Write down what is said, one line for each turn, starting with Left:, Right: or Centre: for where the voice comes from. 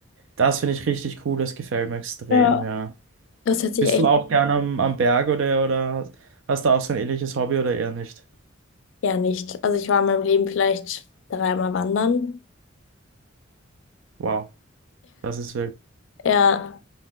Right: Das finde ich richtig cool, das gefällt mir extrem,
Left: Ja.
Right: ja.
Left: das hätte
Right: Bist
Left: ich echt
Right: du auch gern am, am Berg oder, oder hast du auch so ein ähnliches Hobby oder eher nicht?
Left: gern nicht. Also ich war in meinem Leben vielleicht dreimal wandern.
Right: Wow, das ist wild.
Left: Ja.